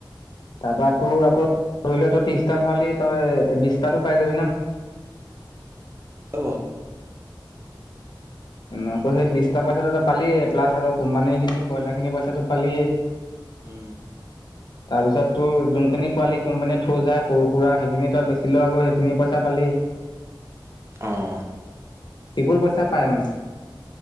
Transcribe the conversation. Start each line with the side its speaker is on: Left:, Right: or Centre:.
Left: তাৰ পৰা তোৰ আকৌ ধৰি ল তই ত্ৰিশটা ভৰালি তই বিশতাতো পাই যাবি ন।
Right: হ'ব।
Left: ওম আকৌ সেই বিশটা পইচাটোত পালিয়ে প্লাছ আক কোম্পানীখিনি ব্ৰইলাৰখিনি পইচাটো পালিয়ে।
Right: উম।
Left: <inaudible> তাৰপিছত তোৰ যোনখিনি পোৱালি কোম্পানীয়ে থৈ যায় সৰু সুৰা সেইখিনি তই বেছি লৈ আকৌ সেইখিনি পইচা পালিয়ে। <inaudible>
Right: অঁ।
Left: টিপুল পইচা পায় মানে।